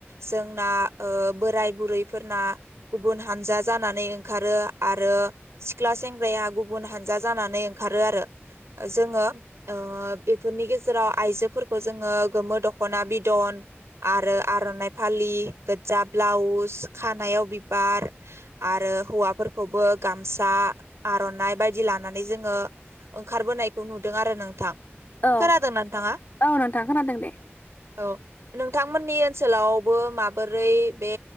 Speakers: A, on the right (about 80°); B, on the left (about 40°).
A: जोंना बोराय बुरै फोरना गुबुन हानजा जानानै ओंखारो आरो सिख्ला सेंग्रा गुब हाना जानानै ओंखारो आरो जोङो बेफोरनि गेजेराव जेराव आइजोफोरखौ जोङो गोमो दखना बिदन आरो आर'नाइ फालि गोज्जा ब्लाउस खानायाव बिबार आरो आरो हौवाफोरखौबो गामसा आर'नाइ बायदि लानानै जोङो ओंखारबोनायखौ नुदों आरो नोंथां
B: औ
A: खोनादोंना नोंथाङा
B: औ नोंथां खोनादों दे
A: औ नोंथांमोननि ओनसोलावबो माबोरै बे